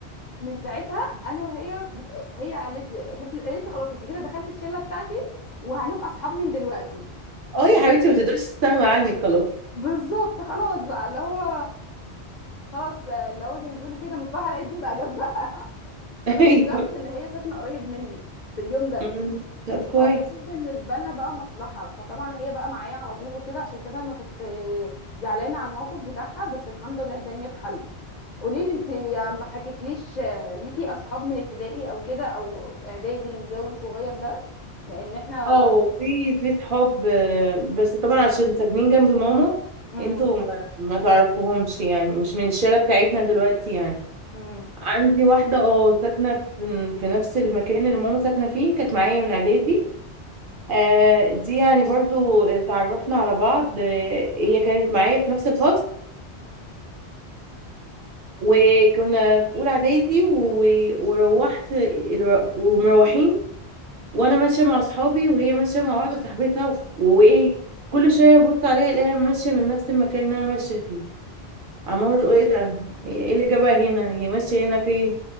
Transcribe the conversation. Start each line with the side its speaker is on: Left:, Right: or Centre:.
Left: من ساعتها انا وهي بت... هي قالت لي بت... قالت لي خلاص انت كده دخلت الشله بتاعتي وهنبقى اصحاب من دلوقتي
Right: اه يا
Left: و-
Right: حبيبتي ما تقدرش تستغنى عني خلاص
Left: بالظبط خلاص بقى اللي هو خلاص اللي هو زي ما بيقولوا كده مصباح علاء الدين بقى جنبها <laughs> كمان
Right: <laughs> ايوه
Left: اكتشفت ان هي ساكنه قريب مني في اليوم ده
Right: أمم. طب كويس
Left: فكان بالنسبه لنا بقى مصلحه فطبعا هي بقى معايا على طول وكده عشان كده انا كنت زعلانه على الموقف بتاعها بس الحمد لله الدنيا اتحلت قولي لي انت ما حكيتليش ليكي اصحاب من ابتدائي او كده او اعدادي الجو الصغير ده لان احنا
Right: اه في في صحاب آه، بس طبعا عشان ساكنين جنب ماما
Left: امم
Right: انتوا ما, ما تعرفوهمش يعني مش من الشارع بتاعتنا دلوقتي يعني
Left: امم
Right: عندي واحدة اه ساكنة في, في نفس المكان اللي ماما ساكنة فيه كانت معايا من اعدادي آه دي يعني برضو اتعرفنا على بعض آه هي كانت معايا في نفس الفصل وكنا في اولى اعدادي و... وروحت الر- ومروحين وانا ماشيه مع اصحابي وهي ماشيه مع واحده صاحبتها وايه كل شويه ابص عليها الاقيها ماشيه من نفس المكان اللي انا ماشيه فيه عمال اقول ايه ده ايه اللي جابها هنا هي ماشيه هنا فين